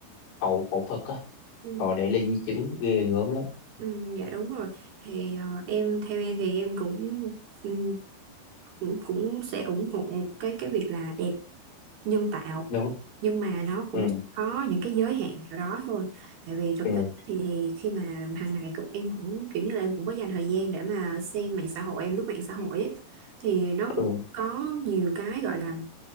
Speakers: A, on the left (about 70°); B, on the right (about 65°).
A: hậu phẫu thuật á
B: ừ,
A: họ để lại di chứng ghê gớm lắm
B: ừ, dạ đúng rồi thì ờ, em theo em thì em cũng ừ, cũng cũng sẽ ủng hộ cái cái việc là đẹp nhân tạo
A: đúng
B: nhưng mà nó cũng
A: ừ
B: có những cái giới hạn nào đó thôi tại vì thực
A: ừ
B: tế thì, thì khi mà hàng ngày cũng em cũng kiểu như là em cũng có dành thời gian để mà xem mạng xã hội em lướt mạng xã hội ấy, thì nó cũng
A: ừ
B: có nhiều cái gọi là